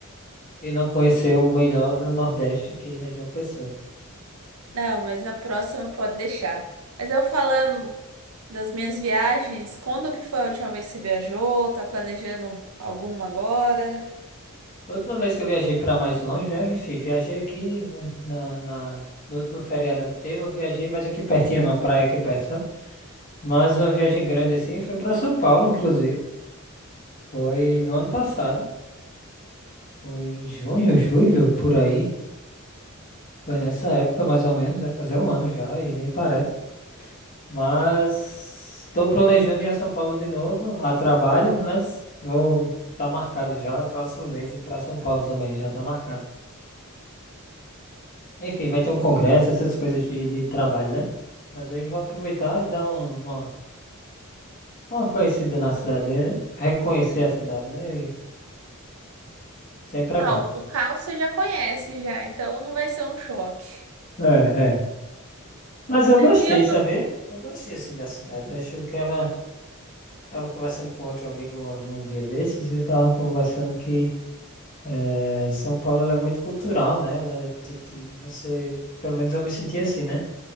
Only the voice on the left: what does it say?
E não conheceu o melhor do Nordeste, que é João Pessoa.
Outra vez que eu viajei para mais longe, né? Enfim, viajei aqui né, na, na, no último feriadão que teve, eu viajei mais aqui pertinho, numa praia aqui perto, sabe? Mas uma viagem grande assim foi para São Paulo, inclusive. Foi no ano passado, foi em junho, julho, por aí. Foi nessa época, mais ou menos, vai fazer um ano já e nem parece. Mas estou planejando ir a São Paulo de novo, a trabalho, mas vou tá marcado já, próximo mês e para São Paulo também já tá marcado. Enfim, vai ter um congresso, essas coisas de, de trabalho, né? Mas aí vou aproveitar e dar um- uma, uma conhecida na cidade, né? Reconhecer a cidade, né? E sempre
é bom.
É, é. Mas eu gostei,
sabia? Eu gostei, assim, da cidade. Eu acho que ela... Tava conversando com outro amigo um, um dia desses e eu tava conversando que eh, São Paulo ela é muito cultural, né? Ela é tipo, você... Pelo menos eu me senti assim, né?